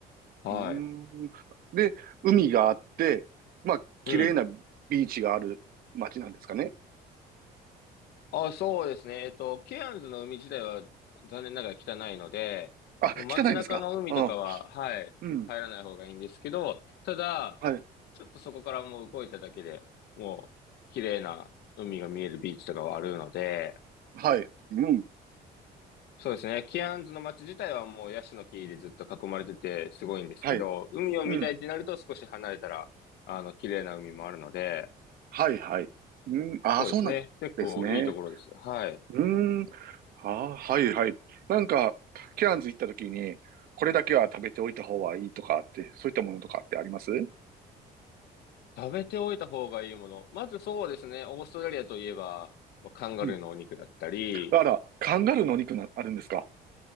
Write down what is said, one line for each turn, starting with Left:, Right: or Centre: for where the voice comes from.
Left: はい。
Right: うーん。で、海があって、まあ、綺麗なビーチがある街なんですかね。
Left: うん。あ、そうですね。えっと、ケアンズの海自体は残念ながら汚いので、
Right: あ、
Left: もう街中の海とかは、
Right: 汚いんですかあ、
Left: はい、
Right: うん。
Left: 入らない方がいいんですけど、ただ、
Right: はい。
Left: ちょっとそこからもう動いただけで、もう綺麗な海が見えるビーチとかはあるので、
Right: はい。うん。
Left: そうですね。ケアンズの街自体はもうヤシの木でずっと囲まれててすごいんですけど、
Right: はい。
Left: 海を見たいってなると少し離れたら、
Right: うん。
Left: あの、綺麗な海もあるので、
Right: はい、はい。うん。あ、
Left: そうですね。
Right: そうなんですね。
Left: 結構いいところです。はい。
Right: うーん。あ、はい、はい。なんか、ケアンズ行った時に、これだけは食べておいた方がいいとかって、そういったものとかってあります
Left: 食べておいた方がいいもの。まずそうですね。オーストラリアといえば、まあカンガルーのお肉だったり、
Right: うん。あら、カンガルーのお肉な、あるんですか